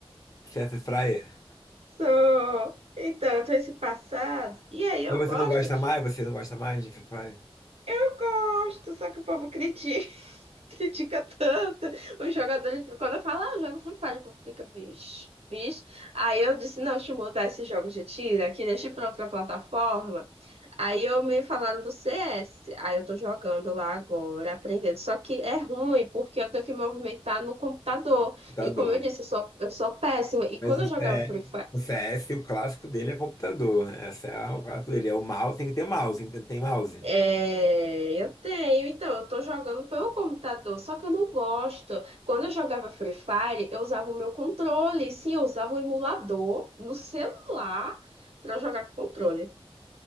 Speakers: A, on the left (about 35°); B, on the right (about 80°).
A: CS Free Fire?
B: <laughs> Sou. Então, eu tenho esse passado. E aí eu
A: Mas
B: gosto
A: você não gosta
B: de.
A: mais? Você não gosta mais de Free Fire?
B: Eu gosto, só que o povo critica. <laughs> critica tanto. Os jogadores, quando eu falo, ah, eu jogo Free Fire, o povo fica, bicho, bicho. Aí eu disse, não, deixa eu mudar esse jogo de tira, que deixa pra outra plataforma. Aí eu me falaram do CS. Aí eu tô jogando lá agora, aprendendo. Só que é ruim, porque eu tenho que me movimentar no computador.
A: computador.
B: E como eu disse, eu sou, eu sou péssima. E quando
A: Mas o
B: eu
A: CS,
B: jogava Free Fire,
A: o C CS, o clássico dele é computador. né? Esse é o clássico dele. É o mouse, tem que ter mouse, tem que ter mouse.
B: É, eu tenho, então, eu tô jogando pelo computador, só que eu não gosto. Quando eu jogava Free Fire, eu usava o meu controle, sim, eu usava o emulador no celular pra jogar com controle.